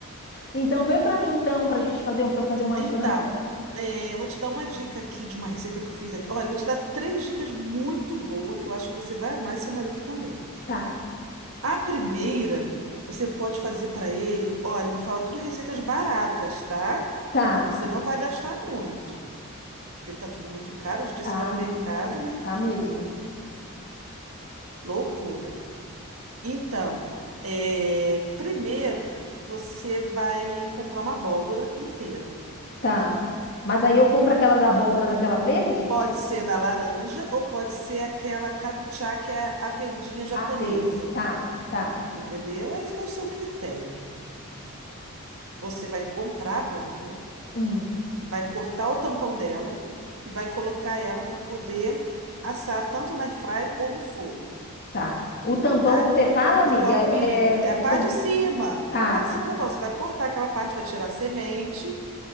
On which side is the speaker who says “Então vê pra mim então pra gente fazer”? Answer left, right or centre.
Left